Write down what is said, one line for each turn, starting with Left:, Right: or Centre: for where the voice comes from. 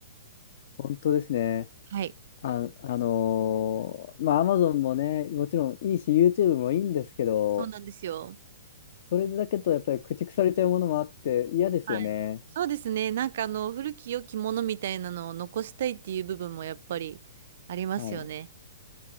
Left: 本当ですね。
Right: はい。
Left: あ、あのーまあ、Amazon もね、もちろんいいし、YouTube もいいんですけど、
Right: そうなんですよ。
Left: それだけとやっぱり駆逐されちゃうものもあって嫌ですよね。
Right: はい。そうですね。なんかあの、古き良きものみたいなのを残したいっていう部分もやっぱりありますよね。
Left: はい。